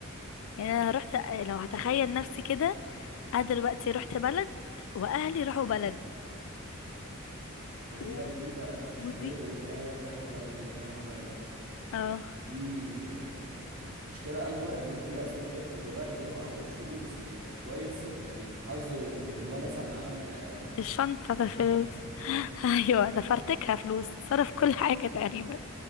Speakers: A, on the left; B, on the right.
A: يعني انا رحت لو هتخيل نفسي كده انا دلوقتي رحت بلد واهلي راحوا بلد
B: ما دي
A: و...
B: بقى دي بقى مش مشكله
A: ودي
B: ان انت اهلك راحوا بلد وده راح بلد
A: اه
B: دي آه، مشكله اكبر ان انت اصلا طفل صغير زي ده معهوش فلوس يعني ده كويس ان من حظه ان باباه نسى معاه ال-
A: الشنطة ده
B: الفيزا
A: فلوس <laughs> ايوه ده فرتكها فلوس صرف كل حاجة تقريبا